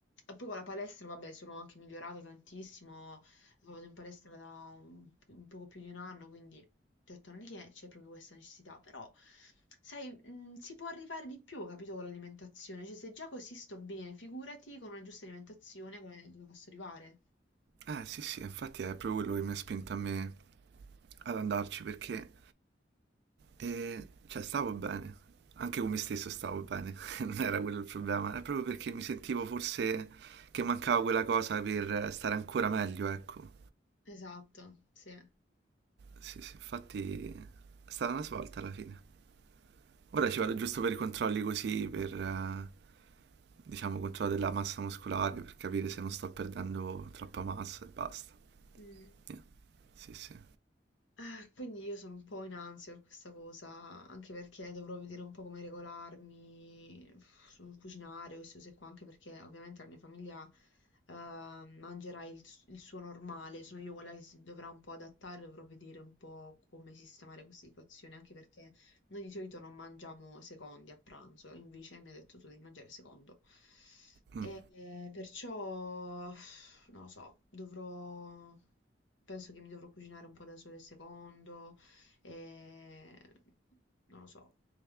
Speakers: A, on the left (about 85°); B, on the right (about 60°).
A: poi con la palestra, vabbè, sono anche migliorata tantissimo, vado in palestra da un un poco più di un anno, quindi ti ho detto negli è c'è proprio questa necessità, però sai, mh, si può arrivare di più, capito, con l'alimentazione, cioè se già così sto bene, figurati con una giusta alimentazione come dove posso arrivare.
B: Eh sì sì, infatti è proprio quello che mi ha spinto a me ad andarci, perché E cioè stavo bene, anche con me stesso stavo bene, <laughs> non era quello il problema, è proprio perché mi sentivo forse che mancava quella cosa per stare ancora meglio, ecco.
A: Esatto, sì.
B: Sì, sì, infatti è stata una svolta alla fine. Ora ci vado giusto per i controlli così, per eh, diciamo controllo della massa muscolare, per capire se non sto perdendo troppa massa e basta.
A: Mm.
B: Yeah. Sì, sì.
A: Eh, quindi io sono un po' in ansia per questa cosa, anche perché dovrò vedere un po' come regolarmi sul cucinare o queste cose qua, anche perché ovviamente la mia famiglia eh, mangerà il, il suo normale, sono io quella che si dovrà un po' adattare, dovrò vedere un po' come sistemare questa situazione, anche perché noi di solito non mangiamo secondi a pranzo, invece mi hai detto tu di mangiare secondo.
B: Mm,
A: E, eh, perciò, non lo so, dovrò, penso che mi dovrò cucinare un po' da sola il secondo, e non lo so,